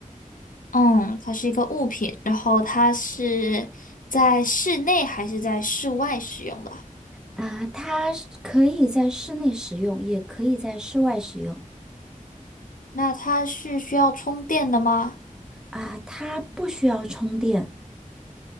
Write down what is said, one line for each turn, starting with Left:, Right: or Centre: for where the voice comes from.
Left: 嗯，它是一个物品，然后它是在室内还是在室外使用的？
Centre: 啊，它是可以在室内使用，也可以在室外使用。
Left: 那它是需要充电的吗？
Centre: 啊，它不需要充电。